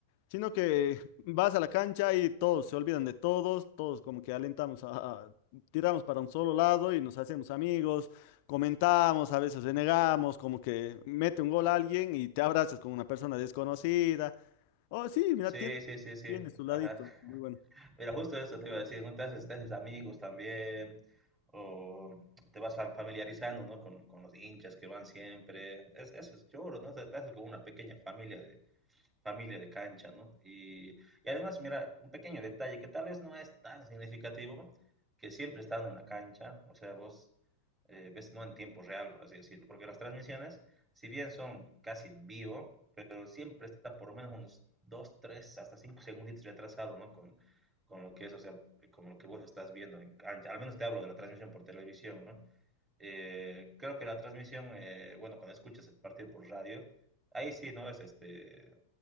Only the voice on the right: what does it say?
Sí,
sí, sí, sí.
Ajá.
Mira, justo eso te iba a decir, ¿no? Te haces, te haces amigos también, o te vas fa- familiarizando, ¿no? Con, con los hinchas que van siempre. Es, eso es choro, ¿no? O sea, te haces como una pequeña familia de, familia de cancha, ¿no? Y, y además, mira, un pequeño detalle que tal vez no es tan significativo, que siempre están en la cancha, o sea, vos eh, ves no en tiempo real, por así decirlo, porque las transmisiones, si bien son casi en vivo, pero siempre está por lo menos unos 2, 3 hasta 5 segundos retrasado, ¿no? Con, con lo que es, o sea, con lo que vos estás viendo en cancha. Al menos te hablo de la transmisión por televisión, ¿no? Eh, creo que la transmisión, eh, bueno, cuando escuchas el partido por radio, ahí sí, ¿no? Es este,